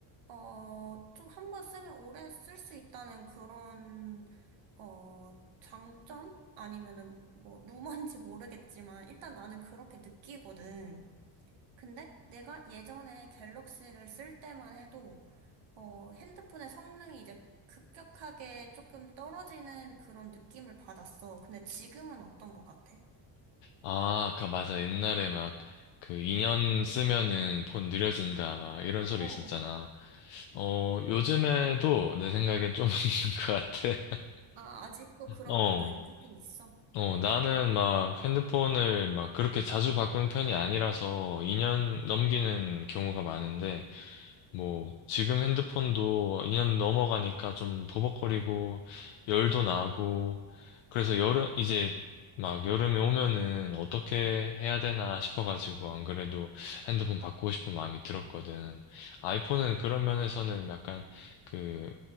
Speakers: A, on the right; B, on the left.
A: 어, 좀 한번 쓰면 오래 쓸 수 있다는 그런, 어, 장점? 아니면은, 뭐, 루머인지 모르겠지만, 일단 나는 그렇게 느끼거든. 근데 내가 예전에 갤럭시를 쓸 때만 해도 어, 핸드폰의 성능이 이제 급격하게 조금 떨어지는 그런 느낌을 받았어. 근데 지금은 어떤 것 같아?
B: 아, 그, 맞아. 옛날에 막, 그, 2년 쓰면은 폰 느려진다, 막, 이런 소리
A: 어,
B: 있었잖아.
A: 어.
B: 어, 요즘에도 내 생각에 좀 <laughs> 있는 것 같아.
A: 아, 아직도 그런
B: 어,
A: 거는 조금 있어?
B: 어, 나는 막 핸드폰을 막 그렇게 자주 바꾸는 편이 아니라서 2년 넘기는 경우가 많은데, 뭐, 지금 핸드폰도 2년 넘어가니까 좀 버벅거리고, 열도 나고, 그래서 여름, 이제 막 여름에 오면은 어떻게 해야 되나 싶어가지고, 안 그래도 핸드폰 바꾸고 싶은 마음이 들었거든. 아이폰은 그런 면에서는 약간 그